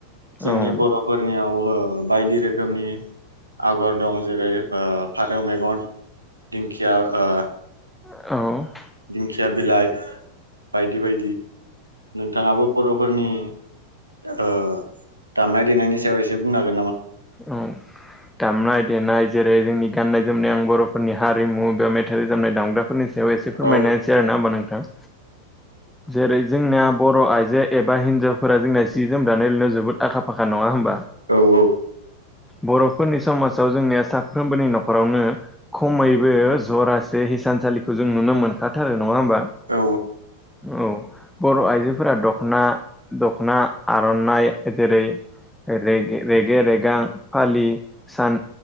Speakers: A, in the centre; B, on the right.
A: औ
B: जोंनि बर'फोरनियाव
A: औ
B: ओ बायदि रोखोमनि आगर दं जेरै ओ फारौ मेगन दिंखिया ओ
A: औ,
B: दिंखिया बिलाइ बायदि बायदि नोंथाङाबो बर'फोरनि ओ दामनाय देनायनि सायाव एसे बुंन हांगोन,
A: औ दामनाय देनाय जेरै जोंनि गाननाय जोमनाय आं बर' फोरनि हारिमु बा मेथाइ रोजाबनाय दामग्राफोरनि सायाव एसे फोरमायनाहोनोसै
B: औ
A: आरो ना होनबा नोंथां। जेरै जोंनिया बर' आइजो एबा हिन्जावफोरा जोंना सि जोम दानाय लुनायाव जोबोद आखा फाख नङा होमबा?
B: औ औ,
A: बर'फोरनि समाजाव जोंनिया साफ्रोमबोनि न'खरावनो खमैबो जरासे हिसानसालिखौ जों नुनो मोनखाथारो नङा होमबा
B: औ
A: औ बर' आइजोफोरा दख'ना दख'ना आर'नाइ जेरै, रेगे रेगां गां फालि सान